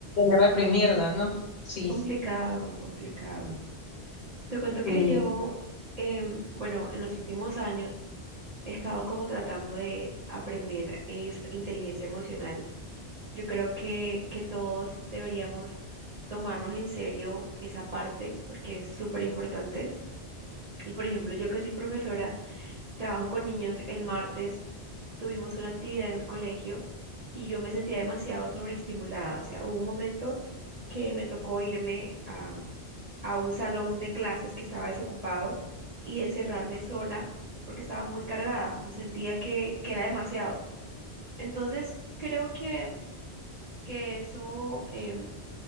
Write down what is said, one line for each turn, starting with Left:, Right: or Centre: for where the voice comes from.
Left: reprimirla, ¿no? Sí,
Right: complicado, complicado. Te cuento
Left: sí,
Right: que yo, em, bueno, en los últimos años he estado como tratando de aprender es inteligencia emocional. Yo creo que, que todos deberíamos tomarnos en serio esa parte porque es súper importante. Y por ejemplo, yo que soy profesora, trabajo con niños, el martes tuvimos una actividad en el colegio y yo me sentía demasiado sobreestimulada. O sea, hubo un momento que me tocó irme a, a un salón de clases que estaba desocupado y encerrarme sola porque estaba muy cargada. O sea, sentía que, que era demasiado. Entonces, creo que, que eso em,